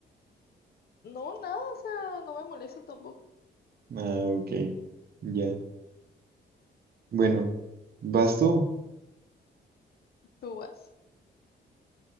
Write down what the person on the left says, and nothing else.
no, nada, o sea, no me molesta tampoco.
Tú vas,